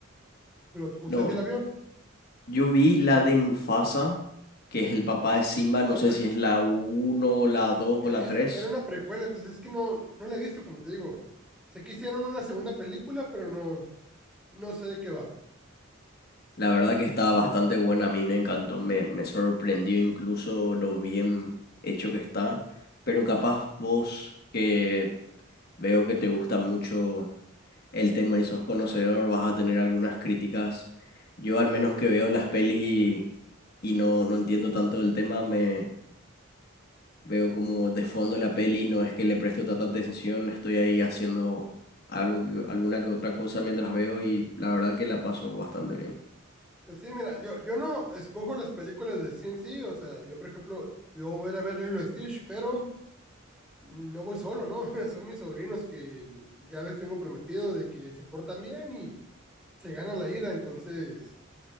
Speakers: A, in the centre; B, on the left (about 50°).
A: Pero usted
B: No,
A: sí la vio.
B: yo vi la de Mufasa, que es el papá de Simba. No
A: Ándale.
B: sé si es la uno la 2
A: e-,
B: o la tres
A: era, era una precuela, entonces es que no, no la he visto, como te digo. Sé que hicieron una segunda película, pero no, no sé de qué va.
B: La verdad que está bastante buena, a mí me encantó, me, me sorprendió incluso lo bien hecho que está, pero capaz vos que veo que te gusta mucho el tema y sos conocedor, vas a tener algunas críticas. Yo al menos que veo las pelis y, y no, no entiendo tanto del tema, me veo como de fondo la peli, no es que le presto tanta atención, estoy ahí haciendo algo, que- alguna que otra cosa mientras veo y la verdad que la paso bastante bien.
A: Pero sí, mira, yo, yo no escojo las películas de CNC, o sea, yo por ejemplo, yo voy a ir a ver Lilo y Stitch, pero no voy solo, ¿no? <laughs> Son mis sobrinos que mm, ya les tengo prometido de que se portan bien y se ganan la ida, entonces